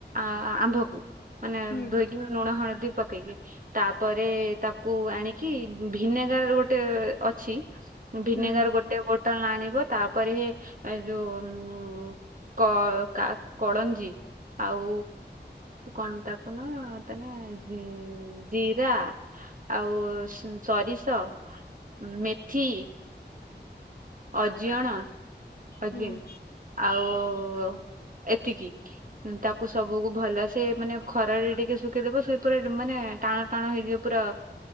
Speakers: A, on the right; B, on the left.
A: ଆ-ଆମ୍ଭକୁ ମାନେ
B: ହୁଁ
A: ଧୋଇକି ନୁଣ ହଳଦୀ ପକେଇକି। ତା'ପରେ ତାକୁ ଆଣିକି, ଭିନେଗାରର୍ ଗୋଟେ ଅଛି। ଭିନେଗାର
B: ହୁଁ
A: ଗୋଟେ ବୋଟଲ ଆଣିବ, ତା'ପରେ ଏ ଯୋଉ-ଉଁ କ-କା-କଳଞ୍ଜି ଆଉ କଣ, ତାକୁ ନ ତାନେ ଜି ଜିରା ଆଉ ସରିଷ ମେଥି ଅଜିଅଣ ଅଜିନ୍,
B: ହୁଁ
A: ଆଉ ଏତିକି! ତାକୁ ସବୁକୁ ଭଲ ସେ ମାନେ, ଖରାରେ ଟିକେ ଶୁଖେଇଦବ। ସେପୁରା ମାନେ ଟାଣ ଟାଣ ହେଇଯିବ। ପୁରାପ୍